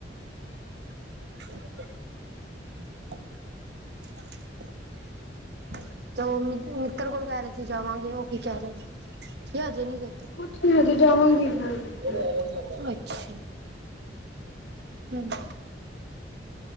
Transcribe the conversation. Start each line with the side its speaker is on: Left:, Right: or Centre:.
Right: ਜੀ <inaudible> <unintelligible> ਤੇ ਉਹ ਮਿੱਤਰ ਕੋਲ ਕਹਿ ਰਹੇ ਸੀ ਜਾਵਾਂਗੇ, ਉਹ ਕੀ ਕਹਿ ਰਹੇ, ਅਜੇ ਨੀ ਗਏ
Left: ਕੁਛ ਨਹੀਂ ਹਜੇ ਜਾਵਾਂਗੀ ਫਿਰ ਦੇਖਦੇ
Right: ਆਰ
Left: ਹਾਂ।
Right: <inaudible> ਹਮ <inaudible>